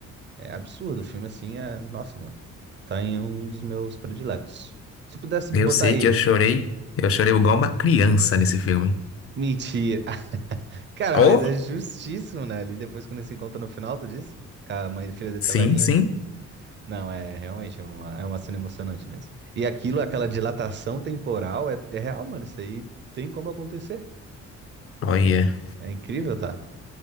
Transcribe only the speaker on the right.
É absurdo. O filme, assim, é... Nossa, mano. Tá em um dos meus prediletos. Se pudesse
botar
aí...
Mentira. Cara,
mas é justíssimo, né? Ali depois quando se encontra no final, tu diz? Que a mãe e filha dele
tá velhinha?
Não, é realmente é uma, é uma cena emocionante mesmo. E aquilo, aquela dilatação temporal, é, é real, mano. Isso aí tem como acontecer.
É, inc- é incrível, tá?